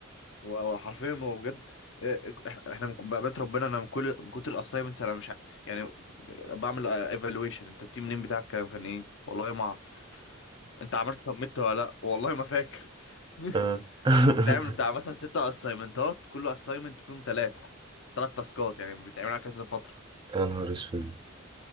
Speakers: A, on the left; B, on the right.
A: وحرفيا ما هو بجد إيه، احنا إحنا من بقى- بقيت ربنا انا من كل من كتر الاسايمنت انا مش ع- يعني بعمل ايفالويشن انت التيم نيم بتاعك كان كان ايه والله ما اعرف انت عملت سبميت ولا لا والله ما فاكر <laughs>
B: اه <laughs>
A: تعمل بتاع مثلا ستة اسايمنتات كل اسايمنت فيهم ثلاثة ثلاث تاسكات يعني بتعمل على كذا فترة
B: يا نهار اسود <laughs>